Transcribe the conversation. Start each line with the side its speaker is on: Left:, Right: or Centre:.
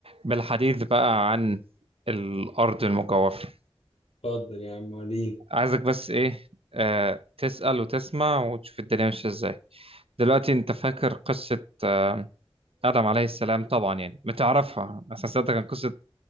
Right: بالحديث بقى عن الأرض المجوفة
Left: اتفضل يا عم وريني
Right: عايزك بس إيه آه تسأل وتسمع وتشوف الدنيا ماشية إزاي دلوقتي أنت فاكر قصة آه آدم عليه السلام طبعا يعني بتعرفها أصلا سألتك عن قصة